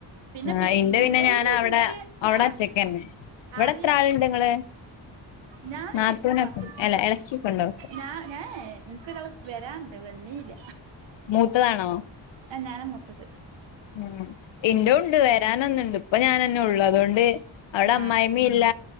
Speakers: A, on the right (about 75°); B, on the left (about 75°).
A: പിന്നെ
B: ആഹ്
A: ബി
B: ഇന്റെ പിന്നെ
A: എല്ലാം
B: ഞാൻ അവിടെ
A: എനിക്ക്
B: അവിടെ
A: ആഹ്
B: ഒറ്റക്കന്നെ ഇവിടെ
A: അറിയാ
B: എത്ര ആളുണ്ട്
A: മീൻസ്
B: ഇങ്ങള്
A: ഞാനേ
B: നാത്തൂനൊക്കെ
A: ഫസ്
B: അല്ല ഇളച്ചിയൊക്കെ ഉണ്ടോ
A: ഞാ ഞാനേ എനിക്ക് ഒരാള് വരാണ്ട് വന്നീല്ല
B: മൂത്തതാണോ
A: ആഹ് ഞാനാ മൂത്തത്
B: ഉം എന്റെ
A: ഉം
B: ഉണ്ട് വരാന് ഒന്നുണ്ട് ഇപ്പൊ ഞാനൊന്നെ ഉള്ളു അതുകൊണ്ട് അവിടെ
A: ആഹ്
B: അമ്മായി യമ്മില്ല